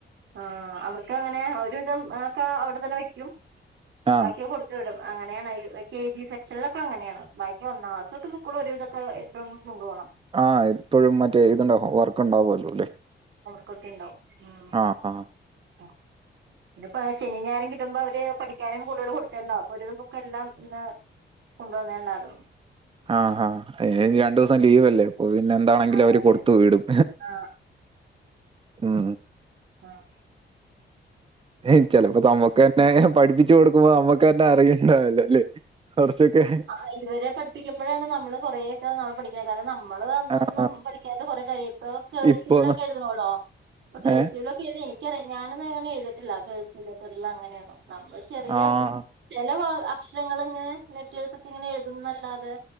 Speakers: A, on the right; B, on the right.
A: ആഹ് അവർക്ക് അങ്ങനെ ഒരുവിധം ഒക്കെ അവിടെ തന്നെ വയ്ക്കും
B: ആഹ്
A: ബാക്കിയെ കൊടു വിടും അങ്ങനെയാണ് ഈ കെ ജി സെക്ഷനിലൊക്കെ അങ്ങനെയാണ് ബാക്കി ഒന്നാം ക്ലാസ് തൊട്ട് ബുക്കുകൾ ഒരുവിധൊക്കെ തും കൊണ്ട് പോണം
B: ആഹ് ഇപ്പോഴും മറ്റേ ഇതുണ്ടാവും വർക്ക് ഉണ്ടാവുമല്ലോ അല്ലേ
A: ക്ക് ഒക്കെ ഉണ്ടാവും ഉം
B: ആഹ് ആഹ്
A: ആഹ് പിന്നപ്പ ശനിയും ഞായറും കിട്ടുമ്പോ അവര് പഠിക്കാനും കൂടുതൽ കൊടുത്തുണ്ടാവും അപ്പോൾ ഒരുവിതം ബുക്കെല്ലാം ഇന്ന് കൊണ്ട് വന്നുണ്ടായിരുന്നു
B: ആഹ് ആഹ് അയ്നുഷം രണ്ടു ദിവസം ലീവ് അല്ലേ പോ പിന്നെ എന്താണെങ്കിലും
A: അതെ
B: അവര്
A: അതെ
B: കൊടുത്തുവിടും
A: ആ
B: ഉം
A: ആഹ്
B: ഏഹ് ചിലപ്പോ നമ്മക്ക് തന്നെ പഠിപ്പിച്ചു കൊടുക്കുമ്പോ നമ്മക്ക് തന്നെ അറിയുണ്ടാവില്ലല്ലേ കുറച്ചൊക്കെ
A: ആഹ് ഇവരെ പഠിപ്പിക്കുമ്പോഴാണ് നമ്മള് കൊറയൊക്കെ നമ്മള് പഠിക്കുന്നത് കാരണം നമ്മള് അന്നൊന്നും
B: ആഹ്
A: പഠിക്കാതെ കൊറെ കാര്യ ഇപ്പൊ കഴ്സീവിലൊക്കെ
B: ഇപ്പൊ
A: എഴുതണോല്ലോ അപ്പൊ കഴ്സീവിൽ
B: ഏഹ്
A: ഒക് എനിക്കറിയാം ഞാനൊന്നും എങ്ങനെ എഴുതിയിട്ടില്ല കഴ്‌സീവ് ലെറ്ററിൽ അങ്ങനെയൊന്നും നമ്മൾ ചെറിയ
B: ആഹ്
A: ചില വാ അക്ഷരങ്ങള് ഇങ്ങനെ ലെറ്റേഴ്‌സ് ഒക്കെ ഇങ്ങനെ എഴുതുന്ന് അല്ലാതെ